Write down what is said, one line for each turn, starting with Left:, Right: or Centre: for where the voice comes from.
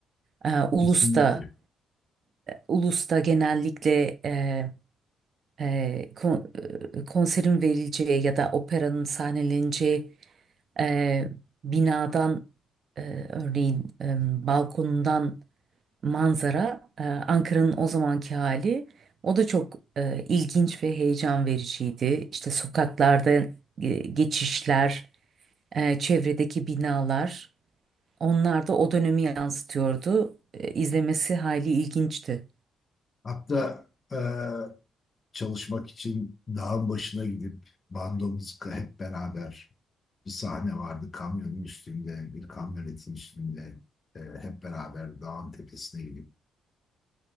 Right: E, Ulus'ta,
Left: Kesinlikle.
Right: Ulus'ta genellikle e, e, kon- e, konserin verileceği ya da operanın sahneleneceği e, binadan e, örneğin e, balkonundan manzara, e, Ankara'nın o zamanki hali. O da çok e, ilginç ve heyecan vericiydi. İşte sokaklarda e, geçişler, e, çevredeki binalar, onlar da o dönemi yansıtıyordu. E, izlemesi hali ilginçti.
Left: Hatta e, çalışmak için dağın başına gidip bandomuzu hep beraber bir sahne vardı kamyonun üstünde, bir kamyonetin üstünde e, hep beraber dağın tepesine gidip